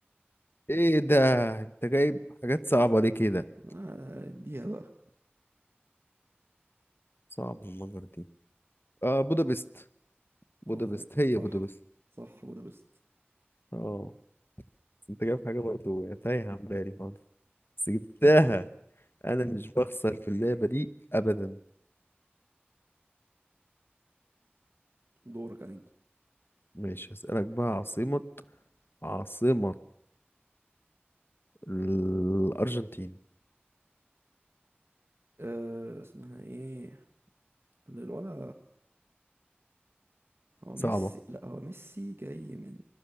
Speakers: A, on the left; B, on the right.
A: ايه ده انت جايب حاجات صعبة ليه كده
B: آه، اديها بقى
A: صعب المجر دي اه بودابست بودابست
B: صح
A: هي
B: صح
A: بودابست
B: صح بودابست
A: اه بس انت جايب حاجة برضو تايهة عن بالي خالص بس جبتها انا مش بخسر في اللعبة دي ابدا
B: دورك عليك
A: ماشي هسألك بقى عاصمة عاصمة الأرجنتين
B: أه اسمها ايه الولا هو
A: صعبة
B: ميسي لا هو ميسي جاي من